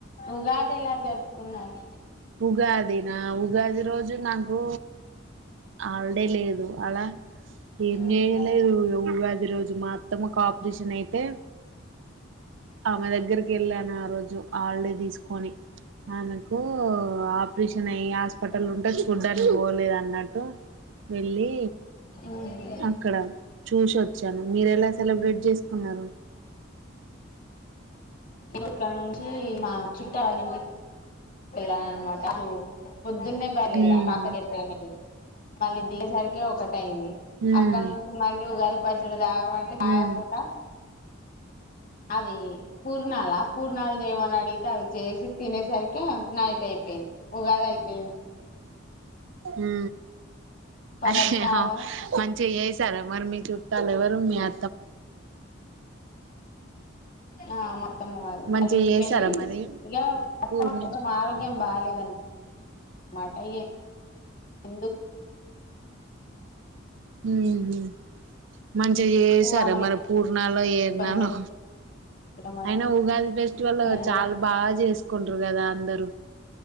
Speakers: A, on the left; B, on the right.
A: ఉగాది ఎలా జరుపుకున్నారు
B: ఉగాది నా ఉగాది రోజు నాకు హలీడే లేదు ఆలా ఏం
A: ఉహు
B: చేయలేదు ఉ ఉగ పది రోజు మా అత్తమ్మ కి ఆపరేషన్ అయితే ఆమె దగ్గరికి వెళ్ళాను ఆ రోజు హాలీడే తీసుకుని ఆమెకు ఆపరేషన్ అయ్యి హాస్పిటల్ ఉంటే చూడ్డానికి పోలేదు అన్నట్టు వెళ్ళి
A: ఉహు
B: అక్కడ చూసి వచ్చాను మీరు ఎలా సెలబ్రేట్ చేసుకున్నారు
A: ఇక్కడి నుంచి మా చుట్ట వాళ్ళ ఇంటి ఇలా వదురు పొద్దున్నే బలేరా
B: ఉమ్
A: కాకర్య ట్రైన్ కి మళ్ళీ దిగే సరికి ఒకటి అయింది
B: ఉమ్
A: అక్కడ నుంచి మళ్ళీగాది పదురు రావ అంటే నాకూడా
B: ఉమ్
A: అవి పూర్ణాల పూర్ణాలు చేయమని అడిగితే అవి చేసి తినేసరికి నైట్ అయిపోయింది ఉగాది అయిపోయింది
B: ఉ
A: పరభావ
B: అయ్యో మంచిగా చేసారా మరి మీ చుట్టాలు ఎవరు మీ ఆ
A: ఆ మొత్తమ్మ వాళ్ళు
B: మంచిగా
A: వాళ్ళ ఇంటికెళ్ళి
B: చేసారా మరి
A: ఇగ మత్తమ్మ
B: పూర్ణి
A: కొంచెం ఆరోగ్యం బాగా దని మాటయి ఎందు
B: ఉహు మంచిగా చేసారా
A: ఆమెను
B: మరి పూర్ణలో ఏర్నాలో
A: ఇబ్బంది పెట్టడం అని
B: అయినా ఉగాది ఫెస్టివల్
A: నేను
B: చాలా
A: కూడా
B: బాగా చేసుకుంటారు కదా అందరు